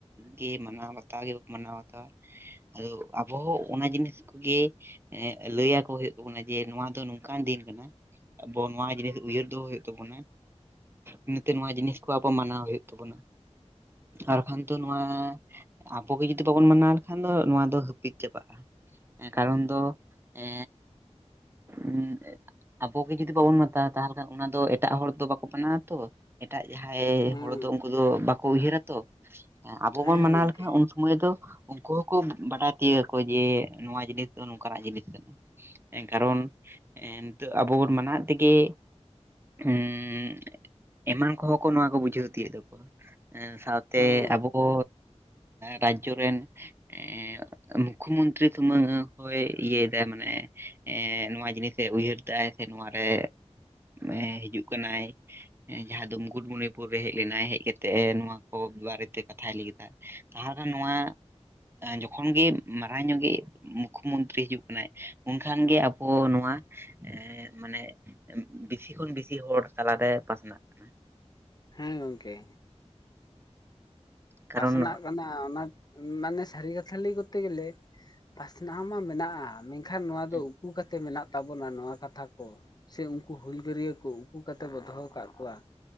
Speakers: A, on the right; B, on the left.
A: ᱜᱮ ᱢᱟᱱᱟᱣ ᱵᱟᱛᱟᱣ ᱜᱮ ᱵᱟᱠᱚ ᱢᱟᱱᱟᱣ ᱵᱟᱛᱟᱣᱟ, ᱟᱫᱚ ᱟᱵᱚ ᱚᱱᱟ ᱡᱤᱱᱤᱥ ᱠᱚᱜᱮ ᱞᱟᱹᱭ ᱟᱠᱚ ᱦᱩᱭᱩᱜ ᱛᱟᱵᱚᱱᱟ ᱡᱮ ᱱᱚᱣᱟ ᱫᱚ ᱱᱚᱝᱠᱟᱱ ᱫᱤᱱ ᱠᱟᱱᱟ᱾ ᱟᱵᱚ ᱱᱚᱣᱟ ᱡᱤᱱᱤᱥ ᱩᱭᱦᱟᱹᱨ ᱫᱚᱦᱚ ᱦᱩᱭᱩᱜ ᱛᱟᱵᱚᱱᱟ᱾ ᱤᱱᱟᱹ ᱛᱮ ᱱᱚᱣᱟ ᱡᱤᱱᱤᱥ ᱠᱚ ᱟᱵᱚ ᱢᱟᱱᱟᱣ ᱦᱩᱭᱩᱜ ᱛᱟᱵᱚᱱᱟ, ᱟᱨᱠᱷᱟᱱ ᱫᱚ ᱱᱚᱣᱟ ᱟᱵᱚᱜᱮ ᱡᱩᱫᱤ ᱵᱟᱵᱚᱱ ᱢᱟᱱᱟᱣ ᱞᱮᱠᱷᱟᱱ ᱫᱚ ᱱᱚᱣᱟ ᱫᱚ ᱦᱟᱹᱯᱤᱫ ᱪᱟᱵᱟᱜᱼᱟ᱾ ᱦᱮᱸ ᱠᱟᱨᱚᱱ ᱫᱚ, ᱮ ᱩᱸ ᱟᱵᱚᱜᱮ ᱡᱩᱫᱤ ᱵᱟᱵᱚᱱ ᱢᱟᱛᱟᱣᱟ ᱛᱟᱦᱞᱮ ᱠᱷᱟᱱ ᱚᱱᱟ ᱫᱚ ᱮᱴᱟᱜ ᱦᱚᱲ ᱫᱚ ᱵᱟᱠᱚ ᱢᱟᱱᱟᱣᱟ ᱛᱚ᱾ ᱮᱴᱟᱜ ᱡᱟᱸᱦᱟᱸᱭ
B: ᱦᱮᱸ
A: ᱦᱚᱲ ᱫᱚ ᱩᱱᱠᱩ ᱫᱚ ᱵᱟᱠᱚ ᱩᱭᱦᱟᱹᱨᱟ ᱛᱚ, ᱟᱵᱚ
B: ᱦᱮᱸ
A: ᱵᱚᱱ ᱢᱟᱱᱟᱣ
B: ᱜᱚᱝᱠᱮ
A: ᱞᱮᱠᱷᱟᱱ ᱩᱱ ᱢᱚᱭ ᱫᱚ ᱩᱱᱠᱩ ᱦᱚᱸᱠᱚ ᱵᱟᱰᱟᱭ ᱛᱤᱭᱟᱜᱟ ᱡᱮ ᱱᱚᱣᱟ ᱡᱤᱱᱤᱥ ᱫᱚ ᱱᱚᱝᱠᱟᱱᱟᱜ ᱡᱤᱱᱤᱥ ᱠᱟᱱᱟ᱾ ᱮᱱ ᱠᱟᱨᱚᱱ, ᱮ ᱱᱤᱛᱚᱜ ᱟᱵᱚ ᱵᱚᱱ ᱢᱟᱱᱟᱣᱮᱫ ᱛᱮᱜᱮ ᱮᱸ ᱮᱢᱟᱱ ᱠᱚᱦᱚᱸ ᱠᱚ ᱱᱚᱣᱟ ᱠᱚ ᱵᱩᱡᱷᱟᱹᱣ ᱛᱤᱭᱟᱹᱜ ᱮᱫᱟᱠᱚ ᱾ᱥᱟᱶ ᱛᱮ
B: ᱦᱮᱸ
A: ᱟᱵᱚ ᱠᱚ ᱨᱟᱡᱽᱡᱚ ᱨᱮᱱ ᱮᱸ ᱢᱩᱠᱷᱚᱢᱚᱱᱛ ᱛᱨᱤ ᱥᱩᱢᱟᱝ ᱦᱚᱭ ᱤᱭᱟ. ᱭ ᱮᱫᱟᱭ ᱢᱟᱱᱮ ᱮ ᱱᱚᱣᱟ ᱡᱤᱱᱤᱥ ᱮ ᱩᱭᱦᱟᱹᱨᱮᱫᱟᱭ ᱥᱮ ᱱᱚᱣᱟᱨᱮ ᱮ ᱦᱤᱡᱩᱜ ᱠᱟᱱᱟᱭ᱾ ᱡᱟᱸᱦᱟᱸ ᱫᱚ ᱢᱩᱜᱩᱴᱢᱩᱱᱤᱯᱩᱨ ᱨᱮ ᱦᱮᱡ ᱞᱮᱱᱟᱭ, ᱦᱮᱡ ᱠᱟᱛᱮᱜ ᱱᱚᱣᱟ ᱠᱚ ᱵᱟᱨᱮᱛᱮ ᱠᱟᱛᱷᱟᱭ ᱞᱟᱹᱭ ᱠᱮᱫᱟ᱾ ᱛᱟᱦᱮ ᱠᱷᱟᱱ ᱱᱚᱣᱟ ᱡᱚᱠᱷᱚᱱ ᱜᱮ <unintelligible> ᱧᱚᱜᱮ ᱢᱩᱠᱷᱚ ᱢᱚᱱᱛᱨᱤ ᱦᱤᱡᱩᱜ ᱠᱟᱱᱟᱭ, ᱮᱱᱠᱷᱟᱱ ᱜᱮ ᱟᱵᱚ ᱱᱚᱣᱟ ᱮᱸ ᱢᱟᱱᱮ ᱵᱤᱥᱤ ᱠᱷᱚᱱ ᱵᱤᱥᱤ ᱦᱚᱲ ᱛᱟᱞᱟᱨᱮ ᱯᱟᱥᱱᱟᱜ ᱠᱟᱱᱟ᱾
B: ᱦᱮᱸ ᱜᱚᱝᱠᱮ᱾
A: ᱠᱟᱨᱚᱱ
B: ᱯᱟᱥᱱᱟᱜ ᱠᱟᱱᱟ ᱚᱱᱟ ᱢᱟᱱᱮ ᱥᱟᱹᱨᱤ ᱠᱟᱛᱷᱟ ᱞᱟᱹᱭ ᱠᱚᱨᱛᱮ ᱜᱮᱞᱮ ᱯᱟᱥᱱᱟᱣ ᱢᱟ ᱢᱮᱱᱟᱜᱼᱟ ᱢᱮ- ᱠᱷᱟᱱ ᱱᱚᱣᱟ
A: ᱦᱩᱸ
B: ᱫᱚ ᱩᱠᱩ ᱠᱟᱛᱮ ᱢᱮᱱᱟᱜ ᱛᱟᱵᱚᱱᱟ ᱱᱚᱣᱟ ᱠᱟᱛᱷᱟ ᱠᱚ ᱥᱮ ᱩᱱᱠᱩ ᱦᱩᱞᱜᱟᱹᱨᱭᱟᱹ ᱠᱚ ᱩᱠᱩ ᱠᱟᱛᱮ ᱵᱚ ᱫᱚᱦᱚ ᱟᱠᱟᱫ ᱠᱚᱣᱟ᱾